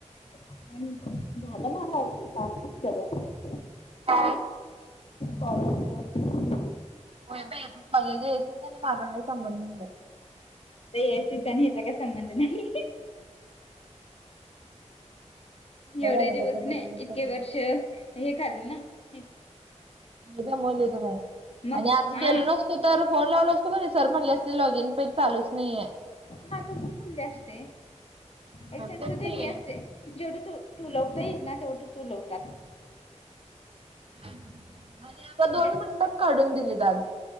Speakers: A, on the left; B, on the right.
A: <unintelligible> झालं ना आवाज होता सगळं.
B: <unintelligible>
A: कॉलेजच्या
B: होय बाय तु कॉलेज येशील का नाही माझा काय संबंध. <unintelligible>
A: त्या ए सी चा आणि याचा काय संबंध नाही. एवढ्या
B: एकदा
A: दिवस
B: घेतलं
A: नाय
B: सगळ
A: इतके वर्ष हे खाल्लं ना हे
B: हे दमवले होते मॅडम
A: मग
B: आणि आता
A: हा
B: गेले ना अ चे तर फोन लावलं असते का नाही सर म्हणले असते लॉग इन पेज चालूच नाहीये.
A: हा तसंच बोलले असते
B: हा
A: ए त्यांचे
B: तेच
A: ते
B: की
A: हे असते जेवढं तू तुलावता येईल ना तेवढं तुलवता
B: आणि आता
A: म्हणजे
B: दोन मिनटात काढून दिली त्याल